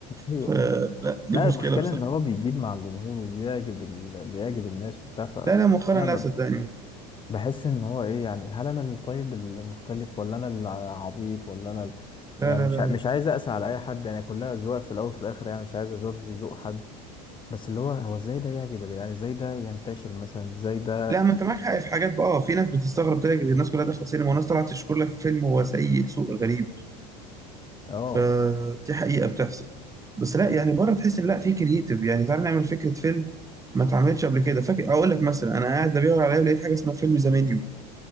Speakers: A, on the left; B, on the right.
A: ايوه
B: فلا دي
A: لا
B: مشكله
A: المشكله
B: بصراحه
A: ان هو بيجيب مع الجمهور وبيعجب ال... بيعجب الناس وبتاع ف-
B: لا لا مؤخرا
A: انا
B: لا صدقني
A: بحس ان هو ايه يعني هل انا اللي طيب المختلف ولا انا اللي عبيط ولا انا ال-
B: لا
A: يعني
B: لا
A: مش
B: لا
A: ع-
B: لا
A: مش عايز اقسى على اي حد يعني كلها اذواق في الاول وفي الاخر يعني مش عايز اجورج ذوق حد بس اللي هو هو ازاي ده يعجب يا جدعان ازاي ده ينتشر مثلا ازاي ده
B: لا ما انت معاك حق في حاجات بقى اه في ناس بتستغرب تلاقي الناس كلها داخله سينما والناس طلعت تشكر لك في فيلم هو سيء سوء غريب
A: اه
B: فدي حقيقه بتحصل بس لا يعني بره تحس ان لا في كرييتيف يعني تعالى نعمل فكره فيلم ما اتعملتش قبل كده فاكر اقول لك مثلا انا قاعد لا بيدور عليا ولقيت حاجه اسمها فيلم ذا منيو